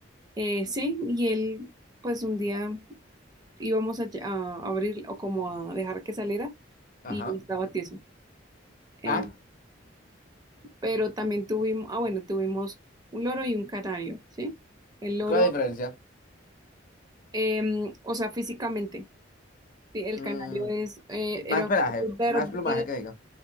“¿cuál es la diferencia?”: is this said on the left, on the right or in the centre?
Left